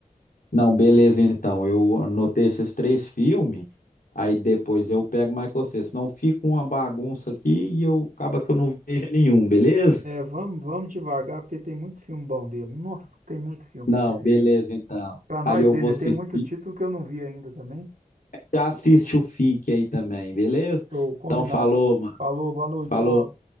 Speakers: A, on the left; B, on the right.
A: não, beleza, então. Eu anotei esses três filmes, aí depois eu pego mais com você. Senão fica uma bagunça aqui e eu acaba que eu não vejo nenhum, beleza?
B: É, vamos, vamos devagar, porque tem muito filme bom dele. Nossa, tem muito filme
A: Não,
B: pra você ver
A: beleza,
B: ainda.
A: então.
B: Pra nós
A: Aí eu
B: ver,
A: vou
B: né?
A: assistir.
B: Tem muito título que eu não vi ainda também.
A: Já assiste o Fique aí também, beleza?
B: Show, combinado.
A: Então falou, mano.
B: Falou, boa noite,
A: Falou.
B: tchau.